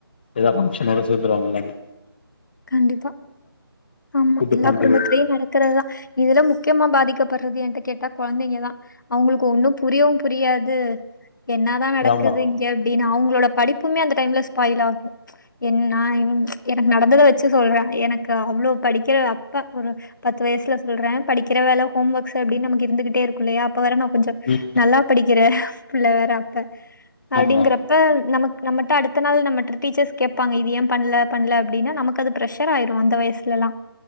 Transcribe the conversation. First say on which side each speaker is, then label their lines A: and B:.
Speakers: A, on the left (about 25°); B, on the left (about 50°).
A: ஏதாவது பங்கஷன் வந்தா சேந்துருவாங்க இல்லைங்க
B: கண்டிப்பா ஆமா
A: கூட்டு
B: எல்லா
A: ஃபேமிலி
B: குடும்பத்திலயு நடக்கறதுதா இதுல முக்கியமா பாதிக்கப்படுறது என்ட கேட்டா கொழந்தைங்க தா அவங்களுக்கு ஒன்னு புரியவு புரியாது என்னாதா நடக்குது
A: ஆமா
B: இங்க அப்படின்னு அவங்களோடப் படிப்புமே அந்த டைம்ல ஸ்பாயில் ஆகும் என்ன இந் ம்ச் எனக்கு நடந்தத வச் வச்சு சொல்றே எனக்கு அவ்வளோ படிக்கிற அப்பா ஒரு பத்து வயசுல சொல்றே படிக் கிற வேல ஹோம் ஒர்க்ஸ் அப்டினு நமக்கு இருந்துகிட்டே இருக்கு ள்ளையா அப்ப வேற நா கொஞ்சொ
A: ம்
B: நல்லா படிக்கிற பிள்ள வேற அப்ப அப்படிங்கறப்ப
A: ஆமா
B: நமக் நம்மட்ட அடுத்த நாள் நமிட்ட டீச்சர்ஸ் கேட்பாங்க இது ஏ பண்ணல பண்ணல அப்படின்னு நமக்கு அது பிரஷர் ஆயிரு அந்த வயசுலல்லா